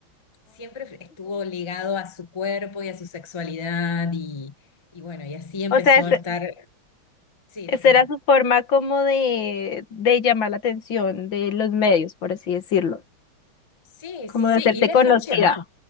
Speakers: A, on the left; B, on the left.
A: siempre estuvo ligado a su cuerpo y a su sexualidad y, y bueno, y así empezó
B: o sea, es-
A: a
B: sí.
A: estar, sí,
B: Esa
A: decime.
B: era su forma como de, de llamar la atención de los medios, por así decirlo,
A: Sí,
B: como
A: sí,
B: de
A: sí,
B: hacerte
A: y le
B: conocida.
A: funcionó.